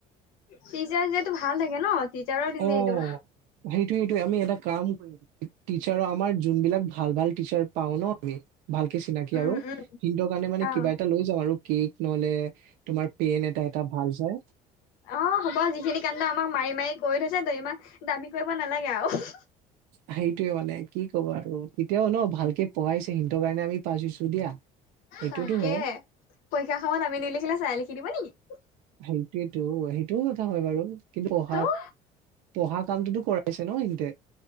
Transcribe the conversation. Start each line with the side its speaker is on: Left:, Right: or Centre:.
Left: টিচাৰটো ভাল থাকে ন টিচাৰৰ দিনেটো
Right: অ সেইটো সেইটোয়ে আমি এটা কাম কৰিম টিচাৰৰ আমাৰ যোনবিলাক ভাল ভাল টিচাৰ পাও ন আমি ভালকে চিনাকি
Left: উম
Right: আৰু
Left: উম
Right: সিনটোৰ কাৰণে মানে
Left: অ
Right: কিবা এটা লৈ যাম আৰু কি নহলে তোমাৰ পেন এটা এটা ভাল চাই
Left: অ হ'ব যিখিনি কাণ্ড আমাক মাৰি মাৰি কৰি থৈ জানো ইমান দামী কৰিব নালাগে আৰু
Right: সেইটোয়ে মানে কি ক'ব আৰু তেতিয়াও ন ভালকে পঢ়াইছো সেইন্তটোৰ কাৰণে আম পছিছো দিয়া সেইটোতো
Left: তাকেহে
Right: হয়
Left: পৰীক্ষা খামত আমি নিলিখিলে চাই লিখি দিব নেকি
Right: সেইটোয়েতো সেইটোও কথা হয় বাৰু কিন্তু পঢ়াত
Left: ত'
Right: পঢ়া কামটোতো কৰা পাইছে ন এতে